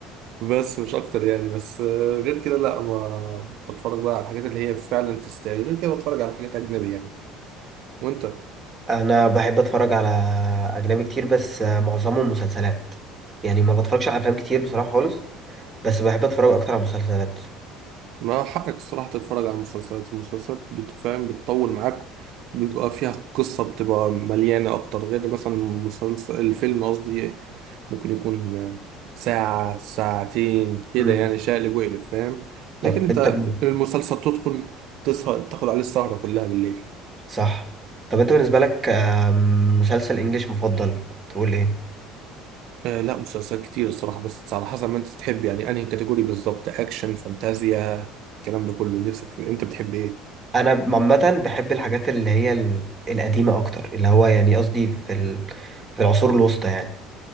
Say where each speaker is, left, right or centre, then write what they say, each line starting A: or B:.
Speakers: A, on the right (about 70°); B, on the right (about 20°).
A: بس مش اكتر يعني بس آه، غير كده لا ما بتفرج بقى على الحاجات اللي هي فعلا تستاهل غير كده بتفرج على حاجات اجنبي يعني وانت
B: أنا بحب أتفرج على أجنبي كتير بس آه، معظمهم مسلسلات يعني ما بتفرجش على أفلام كتير بصراحة خالص بس بحب أتفرج أكتر على مسلسلات
A: ما حقك الصراحه تتفرج على المسلسلات المسلسلات بتفهم بتطول معاك بيبقى فيها قصة بتبقى مليانة أكتر غير مثلا مسلسل الفيلم قصدي ممكن يكون ساعة ساعتين كده
B: مم.
A: يعني شقلب وقلب فاهم
B: طب
A: لكن انت
B: أنت بن-
A: المسلسل تدخل تسهر تاخد عليه السهرة كلها بالليل
B: صح طب أنت بالنسبة لك آم، مسلسل إنجليش مفضل تقول إيه؟
A: آه لا مسلسلات كتير الصراحة بس على حسب ما انت تحب يعني انهي كاتيجوري بالظبط اكشن فانتازيا الكلام ده كله نفسك في انت بتحب ايه
B: أنا عامة بحب الحاجات اللي هي ال- القديمة أكتر اللي هو يعني قصدي في ال... في العصور الوسطى يعني